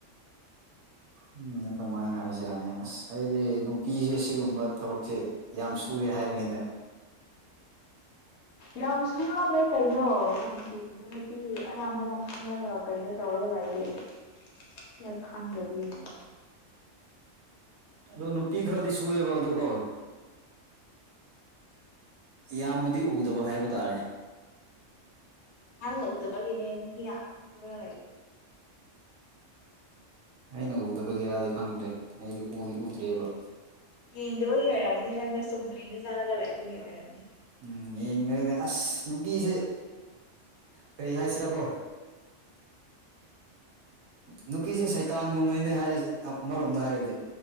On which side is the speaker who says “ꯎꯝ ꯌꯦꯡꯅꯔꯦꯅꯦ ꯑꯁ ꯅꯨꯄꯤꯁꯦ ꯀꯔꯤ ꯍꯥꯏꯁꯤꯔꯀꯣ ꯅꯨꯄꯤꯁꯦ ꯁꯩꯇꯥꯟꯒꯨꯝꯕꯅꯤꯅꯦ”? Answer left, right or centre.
Right